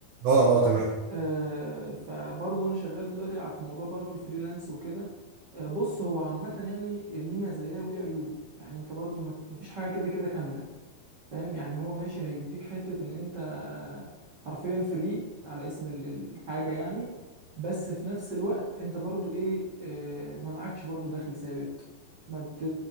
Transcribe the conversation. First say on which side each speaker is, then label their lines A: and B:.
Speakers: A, on the right (about 80°); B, on the right (about 65°).
A: اه اه تمام
B: آه، فبرضو انا شغال دلوقتي على- في موضوع برضو الفريلانس وكده آه، بص هو عامه يعني ليه مزاياه وليه عيوبه يعني انت برضو ما- مفيش حاجه كده كده كامله فاهم يعني هو ماشي هيديك حتة ان انت حرفيا فري على اسم ال- الحاجة يعني بس في نفس الوقت انت برضو ايه آه، ما معكش برضو دخل ثابت ما بت...